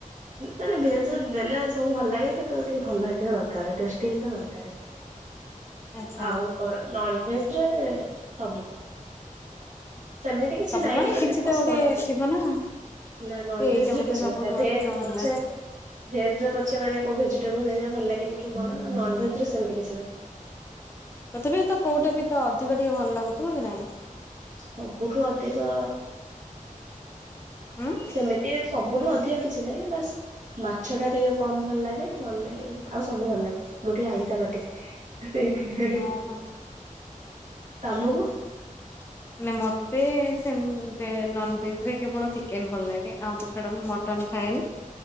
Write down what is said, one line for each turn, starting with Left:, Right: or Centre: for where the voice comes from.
Right: ମାନେ ଭେଜ ର ଦେଲେ ସବୁ ଭଲ ଲାଗେ କିନ୍ତୁ ଟିକେ ଭଲ ହେଇଥିବା ଦରକାର। ତରକାରୀ ଟେଷ୍ଟ ହେଇଥିବ ଦରକାର।
Left: ଆଚ୍ଛା
Right: ଆଉ କଣ ନନଭେଜ ରେ ସବୁ। ସେମିତି କିଛି
Left: ସବୁ
Right: ନାହିଁ ମାନେ
Left: କିଛି
Right: ପସନ୍ଦରେ
Left: ତ ଗୋଟେ ଥିବ ନା
Right: ନା ନନ
Left: କି ଏଇଟା
Right: ଭେଜ
Left: ମତେ
Right: ରେ କିଛି
Left: ସବୁଠୁ
Right: ନଥାଏ ଭେଜ
Left: ଅଧିକ
Right: ରେ
Left: ଭଲ
Right: ପଛେ
Left: ଲାଗେ
Right: ଭେଜ ରେ ପଛେ ମାନେ କୋଉ ଭେଜିଟେବୁଲ ନାହିଁ ଯାହା ଭଲ ଲାଗେନି କି କଣ ନନ ଭେଜ ରେ ସେମିତି କିଛି ନାହିଁ।
Left: ତଥାପି ବି ତ କୋଉଟେ ବି ତ ଅଧିକ ଟିକେ ଭଲ ଲାଗୁଥିବ କି ନାଇଁ।
Right: ସବୁଠୁ ଅଧିକ
Left: ହୁଁ।
Right: ସେମିତି ସବୁଠୁ ଅଧିକ କିଛି ନାହିଁ ବାସ୍ ମାଛ ଟା ଟିକେ କମ ଭଲ ଲାଗେ ନହେଲେ ନାଇଁ ଆଉ ସବୁ ଭଲ ଲାଗେ ମୁଁ ଟିକେ ଆଇଁସା ପାଟି ସେଇଥି ହେ ହେ
Left: ଓହୋ।
Right: ତମକୁ?
Left: <inaudible> ନା ମତେ ସେ ଭେ ନନଭେଜ ରେ କେବଳ ଚିକେନ ଭଲ ଲାଗେ ଆଉ ତା ଛଡ଼ା ମୁଁ ମଟନ୍ ଖାଏନି।